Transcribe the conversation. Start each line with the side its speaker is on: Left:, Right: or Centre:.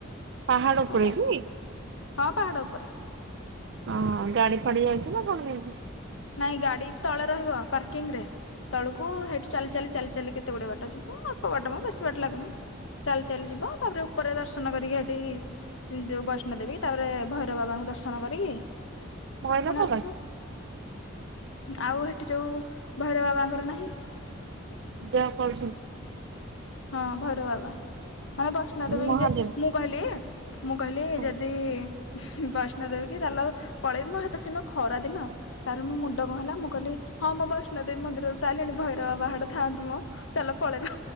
Right: ପାହାଡ
Left: ହଁ
Right: ଉପରେ
Left: ବା
Right: କି।
Left: ହଁ ପାହାଡ ଉପରେ।
Right: ହଁ ଗାଡ଼ି ଫାଡ଼ି ଯାଉଛି ନା କଣ କେମିତି।
Left: ନାଇଁ ଗାଡ଼ି ତଳେ ରହିବ ପାର୍କିଂ ରେ। ତଳକୁ ହେଇଠୁ ଚାଲି ଚାଲି ଚାଲି ଚାଲି କେତେ ଗୁଡ଼େ ବାଟ ଯିବ ଅଳ୍ପ ବାଟ ମ ବେଶୀ ବାଟ ଲାଗୁନି। ଚାଲି ଚାଲି ଯିବ ତାପରେ ଉପରେ ଦର୍ଶନ କରିକି ହେଟି। ସି ଯୋଉ ବୈଷ୍ଣବ ଦେବୀ ତାପରେ ଭୈରବ ବାବାଙ୍କୁ ଦର୍ଶନ କରିକି।
Right: ଭୈରବ
Left: ପୁଣି ଆସିବ
Right: ବାବା।
Left: ଆଉ ହେଠି ଯୋଉ ଭୈରବ ବାବାଙ୍କର ନାହିଁ।
Right: ଯାହା କଳ ସବୁ।
Left: ହଁ ଭୈରବ ବାବା। ମାନେ ବୈଷ୍ଣବ ଦେବୀ
Right: ମହାଦେବ
Left: କି ଯେ ମୁଁ କହିଲି ମୁଁ କହିଲି
Right: ହଁ
Left: ଯଦି। ବୈଷ୍ଣବ ଦେବୀ କି ଚାଲ ପଳେଇବି ମୋ ହେତ ସେଦିନ ଖରା ଦିନ। ତାର ମୋ ମୁଣ୍ଡ କଁ ହେଲା ମୁଁ କହିଲି ହଁ ମୋ ବୈଷ୍ଣବ ଦେବୀ ମନ୍ଦିରରୁ ତ‌ଆଇଲିଣି ଭୈରବ ବାବା ହେଟେ ଥାଆନ୍ତୁ ମ। ଚାଲ ପଳେଇବା